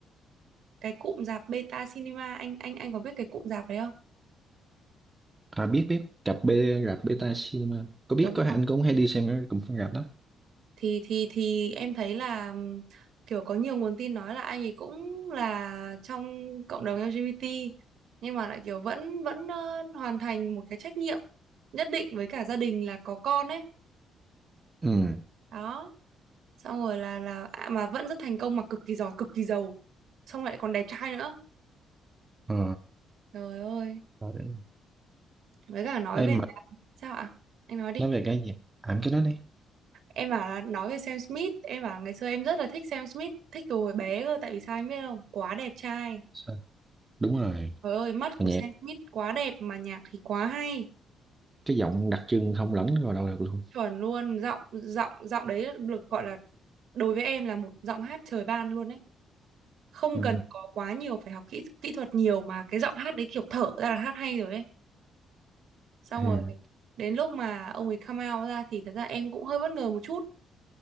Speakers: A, on the right; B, on the right.
A: cái cụm rạp Beta Cinema anh anh anh có biết cái cụm rạp đấy không?
B: À biết biết rạp B rạp Beta Cinema có biết
A: Đúng
B: có
A: không?
B: anh cũng hay đi xem ở cùng phân rạp đó
A: Thì thì thì em thấy là ừm, kiểu có nhiều nguồn tin nói là anh ấy cũng là trong cộng đồng LGBT nhưng mà lại kiểu vẫn vẫn ờ, hoàn thành một cái trách nhiệm nhất định với cả gia đình là có con ấy
B: ừ
A: đó xong rồi là là à, mà vẫn rất thành công mà cực kỳ giỏi cực kỳ giàu xong lại còn đẹp trai nữa
B: ờ
A: trời ơi
B: rồi đấy
A: với cả nói về
B: Ê, mà
A: sao ạ anh nói đi
B: nói về cái gì à cái đó đi
A: em bảo là nói về Sam Smith em bảo là ngày xưa em rất là thích Sam Smith thích từ hồi bé cơ tại vì sao anh biết không quá đẹp trai
B: Sao? đúng rồi
A: trời ơi mắt
B: mà
A: của
B: nhạc
A: Sam Smith quá đẹp mà nhạc thì quá hay
B: cái giọng đặc trưng không lẫn vào đâu được luôn
A: chuẩn luôn giọng giọng giọng đấy được gọi là đối với em là một giọng hát trời ban luôn ấy không
B: ừ
A: cần có quá nhiều phải học kỹ kỹ thuật nhiều mà cái giọng hát đấy kiểu thở ra là hát hay rồi ấy xong
B: ừ
A: rồi đến lúc mà ông ấy come out ra thì thật ra em cũng hơi bất ngờ một chút